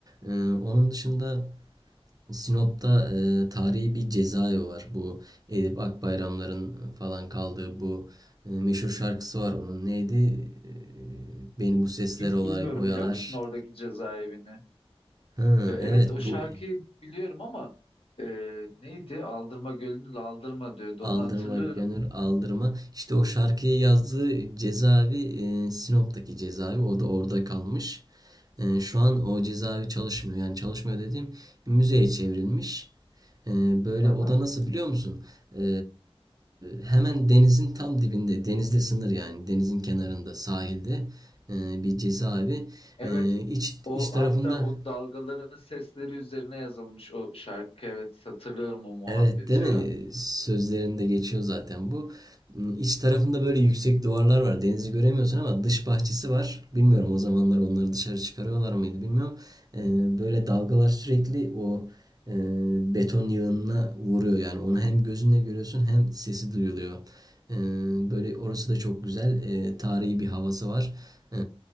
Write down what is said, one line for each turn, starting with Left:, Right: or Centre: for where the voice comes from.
Right: Ee, onun dışında Sinop'ta e, tarihi bir cezaevi var. Bu Edip Akbayramların falan kaldığı bu e, meşhur şarkısı var onun. Neydi? E, beni bu sesler
Left: Hiç
Right: olay,
Left: bilmiyorum
Right: oyalar.
Left: biliyor musun oradaki cezaevini?
Right: Hı,
Left: E, Evet
Right: evet
Left: o şarkıyı
Right: bu
Left: biliyorum ama e, neydi? Aldırma Gölü'nün Aldırma diyordu
Right: Aldırma
Left: onu hatırlıyorum.
Right: gönül aldırma. İşte o şarkıyı yazdığı cezaevi e, Sinop'taki cezaevi o da orada kalmış. E, şu an o cezaevi çalışmıyor. Yani çalışmıyor dediğim müzeye çevrilmiş. E, böyle
Left: Aha.
Right: o da nasıl biliyor musun? E, hemen denizin tam dibinde denizle sınır yani denizin kenarında sahilde e, bir cezaevi.
Left: Evet
Right: E, iç,
Left: o
Right: iç tarafında
Left: hatta o dalgaların sesleri üzerine yazılmış o şarkı evet hatırlıyorum o muhabbeti
Right: Evet değil mi?
Left: ya.
Right: Sözlerinde geçiyor zaten bu. Hmm, İç tarafında böyle yüksek duvarlar var. Denizi göremiyorsun ama dış bahçesi var. Bilmiyorum o zamanlar onları dışarı çıkarıyorlar mıydı bilmiyorum. Ee, böyle dalgalar sürekli o e, beton yığınına vuruyor. Yani onu hem gözünle görüyorsun hem sesi duyuluyor. Ee, böyle orası da çok güzel. Ee, tarihi bir havası var. Ee,